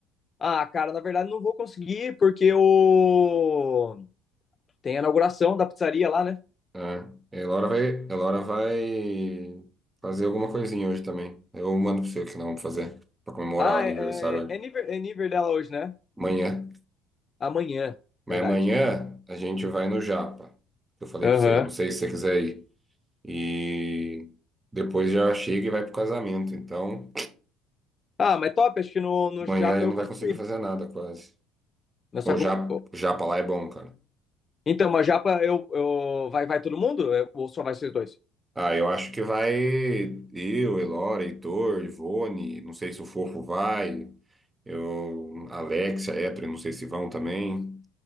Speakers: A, on the left; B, on the right.
A: Ah, cara, na verdade não vou conseguir, porque o... tem a inauguração da pizzaria lá, né?
B: É. E a Laura vai. A Laura vai fazer alguma coisinha hoje também. Eu mando pra você o que não vamos fazer. Pra comemorar
A: Ah,
B: o aniversário
A: é, é,
B: hoje.
A: é nível, é nível dela hoje, né?
B: Amanhã.
A: Amanhã,
B: Mas
A: verdade.
B: amanhã a gente vai no Japa. Eu falei
A: Aham.
B: pra você, não sei se você quiser ir. E depois já chega e vai pro casamento. Então,
A: Ah, mas top, acho que no, no
B: amanhã
A: Japa
B: ele não
A: eu consigo
B: vai conseguir
A: ir.
B: fazer nada quase.
A: Mas
B: Ou
A: só que
B: já,
A: eu- eu-
B: já pra lá é bom, cara.
A: Então, mas Japa eu, eu... Vai, vai todo mundo? Ou só vai vocês dois?
B: Ah, eu acho que vai eu, Elora, Heitor, Ivone, não sei se o Fofo vai, eu, Alexia, Etri, não sei se vão também,